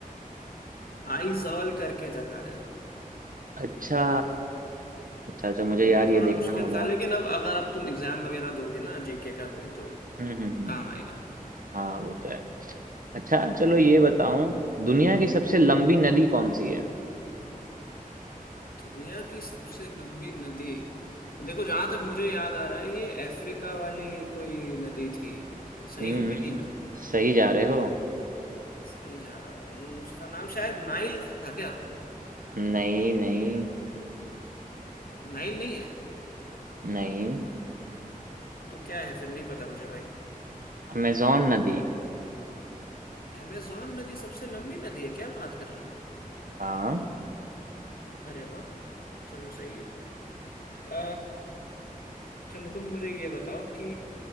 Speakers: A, on the left; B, on the right.
A: आइजॉल करके जगह है
B: अच्छा अच्छा अच्छा मुझे
A: हम्म,
B: यार
A: ये थोड़ा
B: ये देखना
A: मुश्किल
B: होगा
A: था लेकिन अब अगर अब तुम एग्जाम वगैरह दोगे ना जीके का कोई तो
B: हम्म हम्म हम्म
A: काम आएगा
B: हाँ वो तो है अच्छा चलो ये बताओ दुनिया की सबसे लंबी नदी कौन सी है
A: दुनिया की सबसे लंबी नदी देखो जहां तक मुझे याद आ रहा है ये अफ्रीका वाली कोई नदी थी सही
B: हम्म
A: हूं कि नहीं
B: हम्म,
A: मैं
B: सही जा रहे हो
A: सही जा रहा हूँ उसका नाम शायद नाइल था क्या
B: नहीं नहीं
A: नाइल नहीं है
B: नहीं
A: तो क्या है फिर नहीं पता मुझे भाई
B: अमेजोन नदी
A: अमेजोन नदी सबसे लंबी नदी है क्या बात कर रहे हो
B: हाँ
A: अरे वाह चलो सही है अ, चलो तुम मुझे ये बताओ कि